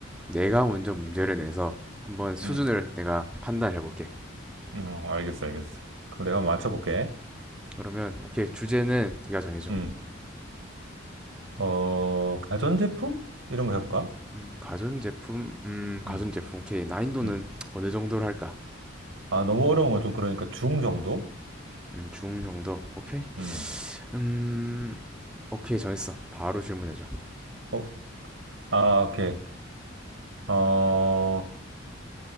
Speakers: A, in the centre; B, on the right.
A: 내가 먼저 문제를 내서 한번 수준을
B: 음.
A: 내가 판단해 볼게.
B: 어, 알겠어, 알겠어. 그럼 내가 한번 맞춰볼게.
A: 그러면 오케이. 주제는 네가 정해줘.
B: 음. 어, 가전제품? 이런 거 해볼까?
A: 음, 가전제품? 음, 가전제품.
B: 음.
A: 오케이. 난이도는
B: 음.
A: 어느 정도로 할까?
B: 아, 너무 어려운 건 좀 그러니까 중 정도?
A: 음, 중 정도. 오케이.
B: 음.
A: 음, 오케이. 정했어. 바로 질문해줘.
B: 어, 아, 오케이. 어,